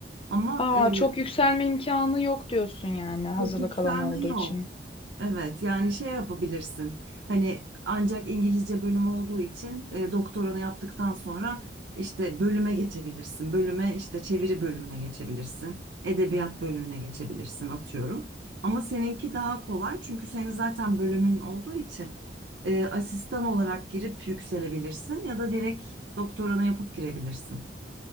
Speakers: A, on the right (about 75°); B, on the left (about 30°).
A: Ama
B: Aa,
A: e,
B: çok yükselme imkanı yok diyorsun yani hazırlık
A: çok yükselme
B: alanı olduğu
A: yok.
B: için.
A: Evet yani şey yapabilirsin hani ancak İngilizce bölümü olduğu için e, doktoranı yaptıktan sonra işte bölüme geçebilirsin. Bölüme işte çeviri bölümüne geçebilirsin. Edebiyat bölümüne geçebilirsin atıyorum. Ama seninki daha kolay çünkü senin zaten bölümün olduğu için e, asistan olarak girip yükselebilirsin ya da direkt doktoranı yapıp girebilirsin.